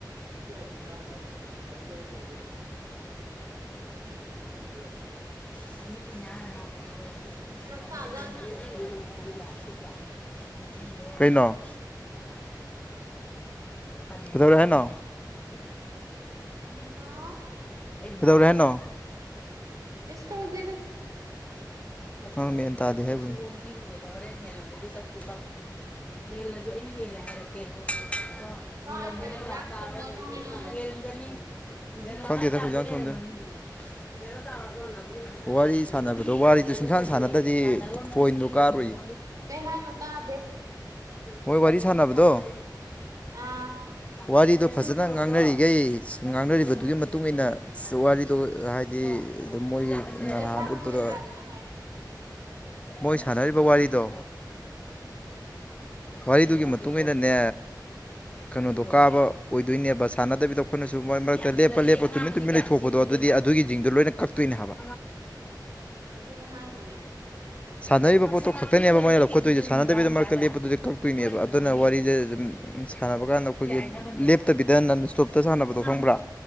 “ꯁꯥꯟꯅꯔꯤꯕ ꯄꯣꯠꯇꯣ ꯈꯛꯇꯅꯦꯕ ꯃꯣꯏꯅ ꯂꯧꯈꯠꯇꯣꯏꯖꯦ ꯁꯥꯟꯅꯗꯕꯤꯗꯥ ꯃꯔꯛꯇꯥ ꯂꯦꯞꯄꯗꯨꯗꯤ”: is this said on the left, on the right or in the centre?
Left